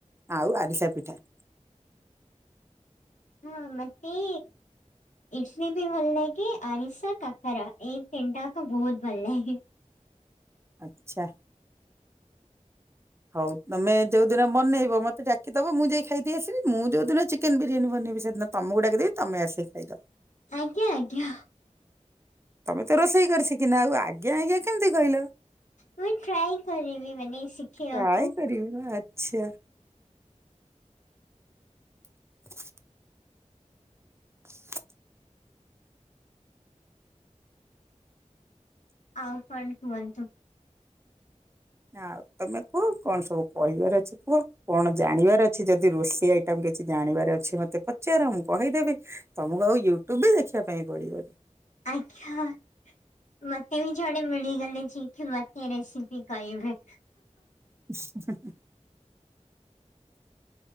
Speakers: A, on the right; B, on the left.
A: ଆଉ ଆରିଷା ପିଠା।
B: ହଁ ମତେ ଇଟିଲି ବି ଭଲ ଲାଗେ ଆରିସା କାକରା ଏଇ ତିନିଟାକ ବହୁତ ଭଲ ଲାଗେ।
A: ଆଚ୍ଛା। ହଉ ତମେ ଯୋଉଦିନ ବନେଇବ ମତେ ଡାକିଦବ ମୁଁ ଯାଇ ଖାଇଦେଇ ଆସିବି ମୁଁ ଯୋଉ ଦିନ ଚିକେନ ବିରିୟାନୀ ବନେଇବି ସେଦିନ ତମକୁୁ ଡାକିଦେବି ତମେ ଆସି ଖାଇଦବ।
B: ଆଜ୍ଞା ଆଜ୍ଞା।
A: ତମେ ତ ରୋଷେଇ କରିଶିଖିନ ଆଉ ଆଜ୍ଞା ଆଜ୍ଞା କେମିତି କହିଲ।
B: ମୁଁ ଟ୍ରାଏ କରିବି ମାନେ ଶିଖେଇବାକୁ।
A: ଟ୍ରାଏ କରିବ ଆଛା। <inaudible> <inaudible>
B: ଆଉ କଣ କୁହନ୍ତୁ।
A: ଆଉ ତମେ କୁହ କଣ ସବୁ କହିବାର ଅଛି। କୁହ କଣ ଜାଣିବାର ଅଛି ଯଦି ରୋଷେଇ ଆଇଟମ କିଛି ଜାଣିବାର ଅଛି ମତେ ପଚାର ମୁ କହିଦେବି। ତମକୁ ଆଉ ୟୁଟ୍ୟୁବ ବି ଦେଖିବା ପାଇଁ ପଡିବନି।
B: ଆଜ୍ଞା। ମତେ ବି ଜଣେ ମିଳିଗଲେ ଯେ କି ମତେ ରେସିପି କହିବେ।
A: <inaudible>